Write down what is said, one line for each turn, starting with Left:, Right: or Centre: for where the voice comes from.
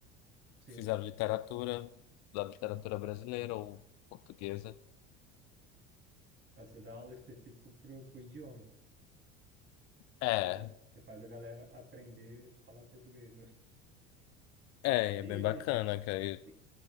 Right: sim.
Left: fizeram literatura, da literatura brasileira ou portuguesa.
Right: É, você dá aula específica pro, pro idioma.
Left: É,
Right: Assim, você, você faz a galera aprender a falar português, né?
Left: é, é
Right: E,
Left: bem bacana, cara.
Right: e,